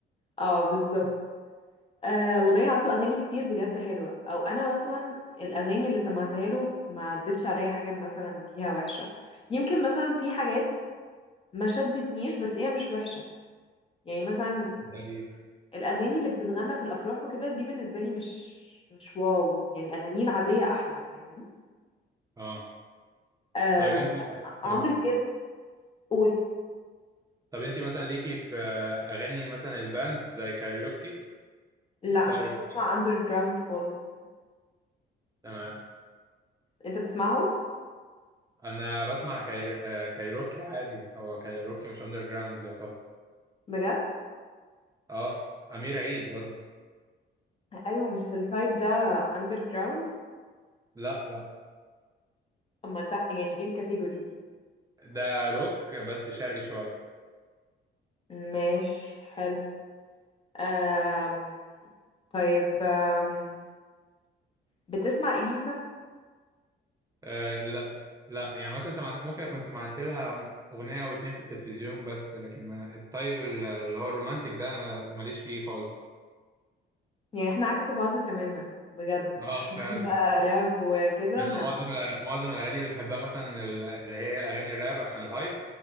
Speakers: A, on the left; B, on the right.
A: اه بالظبط آه والله عنده اغاني كتير بجد حلوه او انا مثلا الاغاني اللي سمعتها له ما عدتش عليا حاجه مثلا فيها وحشه يمكن مثلا في حاجات ما شدتنيش بس هي مش وحشه يعني مثلا
B: زي
A: الاغاني اللي بتتغنى في الافراح وكده دي بالنسبه لي مش مش واو يعني اغانيه العاديه احلى فاهم
B: اه
A: آه
B: طيب انت
A: عمرو
B: طب
A: دياب قول
B: طب انت مثلا ليكي في اغاني مثلا الباندز زي كايروكي
A: لا
B: ومسار
A: مش
B: إجرام؟
A: بسمع اندر جراوند خالص
B: تمام
A: انت بتسمعهم
B: انا بسمع كاير... آه، كايروكي عادي هو كايروكي مش اندر جراوند يعتبر
A: بجد
B: اه امير عيد قصدي
A: ايوه مش التايب ده اندر جراوند
B: لا لا
A: امال ده يعني ايه الكاتيجوري دي
B: ده روك بس شرقي شويه
A: ماشي حلو أم... طيب أم... بتسمع إليسا
B: آه لا لا يعني مثلا سمعت ممكن اكون سمعت لها اغنيه او اتنين في التلفزيون بس لكن الطيب اللي هو الرومانتك ده أنا ماليش فيه خالص
A: يعني احنا عكس بعض تماما بجد
B: اه
A: <laughs>
B: فعلا
A: انت راب وكده
B: انا
A: انا
B: معظم معظم الاغاني اللي بحبها مثلا اللي هي اغاني الراب عشان الهايب